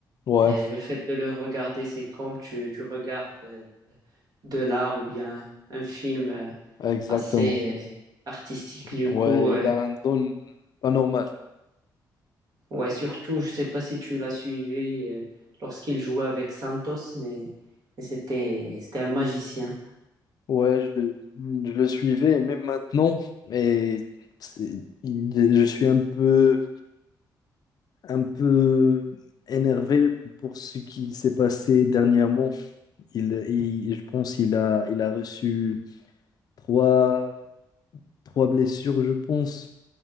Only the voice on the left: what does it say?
Ouais,
exactement.
Ouais,
il a un don pas normal.
Ouais, je, le- je le suivais, et même maintenant. Et c'est- il- je suis un peu un peu énervé pour ce qui s'est passé dernièrement. Il, il- je pense qu'il a, il a reçu trois, trois blessures, je pense,